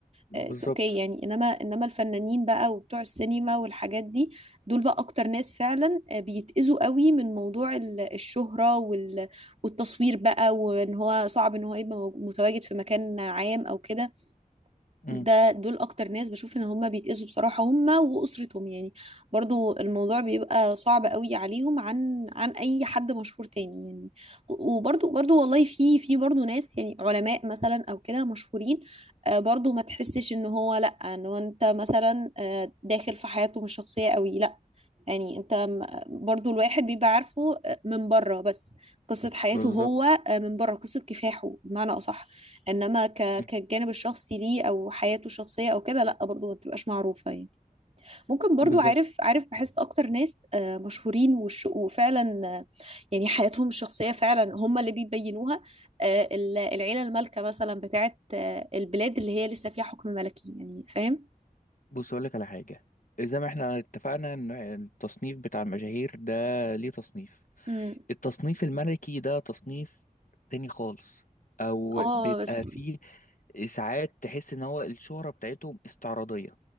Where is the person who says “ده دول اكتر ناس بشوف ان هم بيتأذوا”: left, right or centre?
Right